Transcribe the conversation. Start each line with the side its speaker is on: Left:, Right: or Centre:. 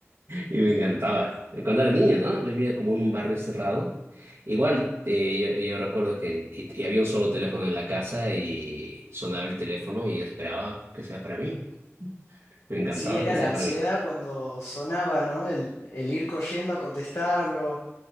Right: Y me encantaba.
Left: Eh,
Right: Cuando era niño, ¿no? Vivía como en un barrio cerrado. Igual, eh, yo, yo recuerdo que y- y había un solo teléfono en la casa y sonaba el teléfono y esperaba que sea para mí. Me encantaba
Left: Sí, era
Right: que sea
Left: la ansiedad
Right: para mí.
Left: cuando sonaba, ¿no? El, el ir corriendo a contestarlo,